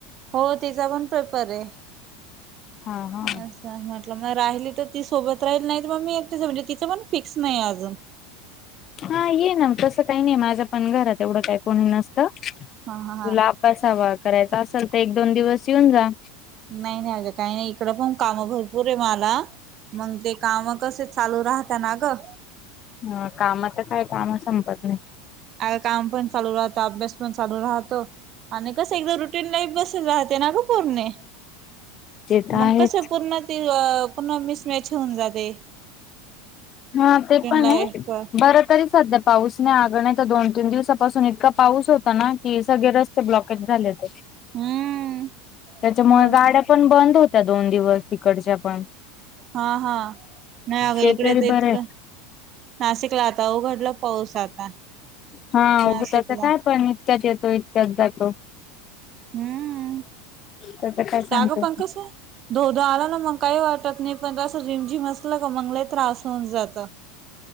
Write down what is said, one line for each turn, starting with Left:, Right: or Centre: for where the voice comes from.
Right: हो तिचा पण पेपरं
Left: हा हा
Right: असं म्हटलं मग राहिली तर ती सोबत राहील नाही त मग मी एकटीचं म्हणजे तिचं पण फिक्स नाही अजून
Left: हा येना तसं काही नाही माझं पण घरात एवढं काही कोणी नसतं, तुला
Right: हा हा हा
Left: बसावा करायचा असल तर एक दोन दिवस येऊन जा
Right: नाही नाही अगं काही नाही इकडं पण कामं भरपूरं मला मंग ते काम कसे चालू राहता ना ग?
Left: हं. काम तर काय काम संपत नाही.
Right: <unintelligible> काम पण चालू राहतं. अभ्यास पण चालू राहतो. आणि कसं एकदा रुटीन लाईफ बसेल राहते ना ग? पूर्णे.
Left: ते तर आहे
Right: मग कश पूर्ण? ते पुन्हा मिसमॅच होऊन जातय.
Left: हां. ते पण
Right: लाईफ
Left: आहे.
Right: का
Left: बरं तरी - सध्या पाऊस नाही. अगं नाहीतर दोन तीन दिवसापासून इतका पाऊस होता ना की सगळे रस्ते ब्लॉकच झाले होते.
Right: हम्म
Left: त्याच्यामुळे
Right: मग
Left: गाड्या पण बंद होत्या दोन दिवस तिकडच्या पण.
Right: हां. हां. नाही अगं
Left: ते
Right: इकडे
Left: तरी
Right: तर
Left: बरे
Right: इतकं- नासिकला आता उघडला पाऊस आता.
Left: हां.
Right: नाशिकला
Left: उगं त्याच काय पण इतक्यात येतो इतक्यात जातो.
Right: हम्म.
Left: त्याच काय सांगता
Right: अग पण
Left: येत
Right: ते कसंय? धो धो आला ना मग काही वाटत नाही. पण असं रिमझिम असलं का मंग लई त्रास होऊन जातो.